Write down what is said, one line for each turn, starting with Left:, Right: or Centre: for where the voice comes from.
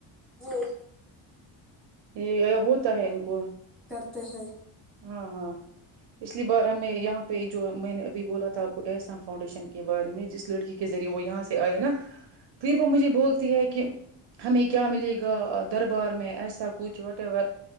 Centre: میں یہ
Right: یہ ہوتا ہے ان کو
Centre: پ ہے <unintelligible> <inaudible>
Right: ہاں ہاں پچھلی بار ہمیں یہاں پہ جو میں نے ابھی بولا تھا آپ کو احسام فاؤنڈیشن کے بارے میں جس لڑکی کے ذریعے وہ یہاں سے آئے نا پھر وہ مجھے بولتی ہے کہ ہمیں کیا ملے گا دربار میں ایسا کچھ وٹ ایور